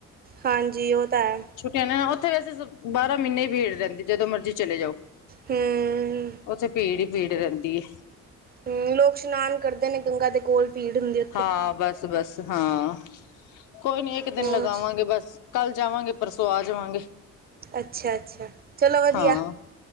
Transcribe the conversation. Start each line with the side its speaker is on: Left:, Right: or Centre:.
Right: ਹਾਂਜੀ ਉਹ ਤਾਂ ਹੈ।
Left: ਛੁੱਟੀਆਂ ਨੇ ਨਾ ਉੱਥੇ ਵੈਸੇ ਬਾਰ ਮਹੀਨੇ ਹੀ ਭੀੜ ਰਹਿੰਦੀ ਜਦੋਂ ਮਰਜ਼ੀ। ਚਲੇ ਜਾਓ
Right: ਹੂੰ,
Left: ਉੱਥੇ ਭੀੜ ਹੀ ਭੀੜ ਰਹਿੰਦੀ ਐ।
Right: ਹੂੰ ਲੋਕ ਇਸ਼ਨਾਨ ਕਰਦੇ ਨੇ ਗੰਗਾ ਦੇ ਕੋਲ। ਭੀੜ ਹੁੰਦੀ ਉੱਥੇ।
Left: ਹਾਂ ਬਸ ਬਸ ਹਾਂ ਕੋਈ ਨੀ ਇੱਕ ਦਿਨ
Right: ਹੋਰ
Left: ਲਗਾਵਾਂਗੇ ਬਸ। ਕੱਲ ਜਾਵਾਂਗੇ ਪਰਸੋਂ ਆ ਜਾਵਾਂਗੇ।
Right: ਅੱਛਾ ਅੱਛਾ ਚਲੋ ਵਧੀਆ।
Left: ਹਾਂ।